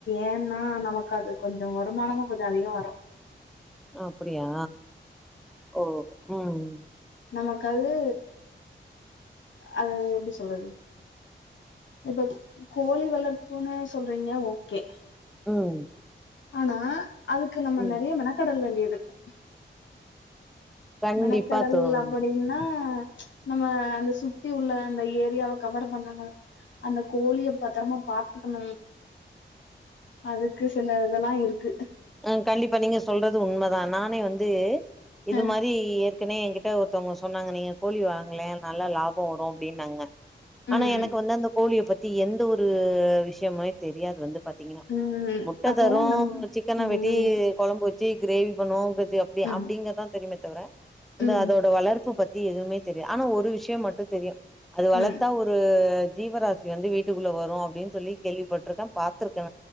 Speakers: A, on the left (about 70°); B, in the centre.
A: ஏன்னா நமக்கு அது கொஞ்சோ வருமானமு கொஞ்சோ அதிகமா வரு
B: அப்டியா ஓ உம்
A: நமக்கது அது எப்டி சொல்றது இப்ப கோழி வளர்ப்புன்னு சொல்றீங்க ஓகே
B: ம்
A: ஆனா அதுக்கு நம்ம
B: ம்
A: நெறய மெனக்கட வேண்டிய திருக்கு
B: கண்டிப்பா
A: மெணக்கடல்
B: தோழி
A: அப்டின்னா நம்ம அந்த சுத்தி உள்ள அந்த ஏரியாவ கவர் பண்ணணு அந்த கோழிய பத்ரமா பாத்துக்கணு அதுக்கு சில இதெல்லா இருக்கு
B: ஹ கண்டிப்பா நீங்க சொல்றது உண்மதா நானே வந்து இது
A: அ
B: மாரி ஏர்க்கனே எ கிட்ட ஒருத்தவங்க சொன்னாங்க நீங்க கோழி வாங்கலெ நல்லா லாபோ வரு அப்டினாங்க ஆனா
A: ம்
B: எனக்கு வந்து அந்த கோழிய பத்தி எந்த ஒரு விஷயமுமே தெரியாது வந்து பாத் பாத்தீங்கனா
A: ம்
B: முட்ட
A: அப்போ
B: தரு
A: நம்
B: சிக் ன்னா
A: ம்
B: வெட்டி குழம்பு வச்சு கிரேவி பண்ணுவோ அப்
A: ம்
B: அப்டிங்கதா தெரியுமே தவிர அந்த
A: ம்
B: அதோட வளர்ப்பு பத்தி எதுவுமே தெரியாது ஆனா ஒரு விஷயோ மட்டு தெரியு அது வளர்த்தா
A: ம் ம்
B: ஒரு ஒரு ஜீவராசி வந்து வீட்டுக்குள்ள வரு அப்டின்னு சொல்லி கேள்விப்பட்ருக்கே பாத்துருக்கே